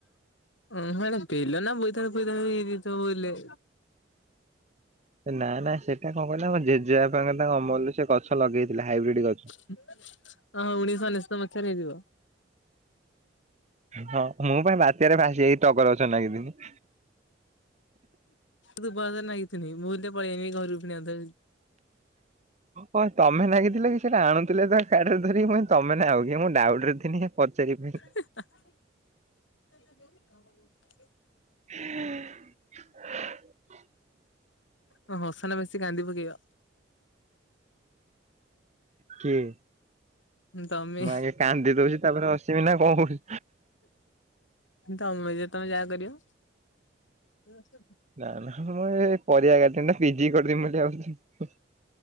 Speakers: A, on the left (about 85°); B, on the right (about 40°).
A: ଉଁ ହୁଁ ଏଟା ବେଲ ନା ବୋଇତାଳୁ ଫୋଇତାଳୁ ଦିଥ ବୋଲେ
B: ଏ ନାଁ ନାଁ ସେଟା କଁ କହିଲ ଆମ ଜେଜେ ବାପାଙ୍କ ତାଙ୍କ ଅମଲରୁ ସେ ଗଛ ଲଗେଇଥିଲେ ହାଇବିଡି଼ ଗ
A: ହଁ ଉଣେଇଶ ଅନେଶତ ମସିହାରେ ହେଇଥିବ।
B: ହଁ ମୁଁ ପା ଏ ବାତ୍ୟାରେ ଭାସି ଯାଇ ଟଗର ଗଛରେ ନାଗିଥିନି।
A: ଦୁବ ଘାସରେ ନାଗଥିନି ଭୁଲରେ ପଳିଆଇନି ଘରୁକୁ ପୁଣି ଆଉ ଥରେ।
B: କଣ ତମେ ନାଗିଥିଲ କି ସେଟା ଆଣୁଥୁଲେ ତ ଖାଡି଼ରେ ଧରିକି। ମୁଁ କହିନି ତମେ ନା ଆଉ କି ମୁଁ ଡାଉଟରେ ଥିନି ହେ। ପଚାରିଫାଇ
A: ହ ତାହେଲେ
B: ହୁଁ
A: ଅଁ ହସନା ବେଶୀ କାନ୍ଦି ପକେଇବା।
B: କିଏ?
A: ଉଁ ତମେ।
B: ମୁଁ ଆଗେ କାନ୍ଦି ଦୋଉଚି ତାପରେ ହସିମି ନାଁ କଁ କୋଉଚୁ?
A: ତମେ ଯେ ତମେ ଯାହା କରିବ। ଏ ସେ
B: ନାଁ ନାଁ ମୁଁ ହେ ପରିବା କାଟେନା ପି ଜି କରିଦେମି ବୋଲି ଆଉ କିଛି